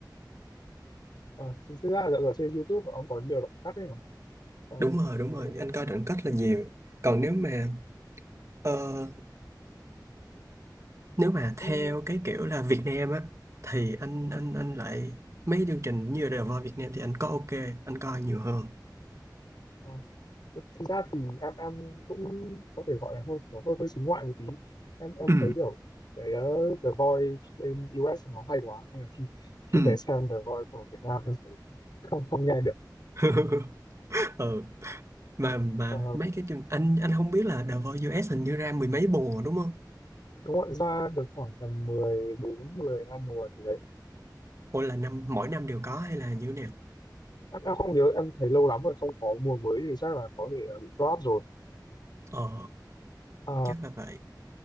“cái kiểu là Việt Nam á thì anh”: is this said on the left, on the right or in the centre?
Right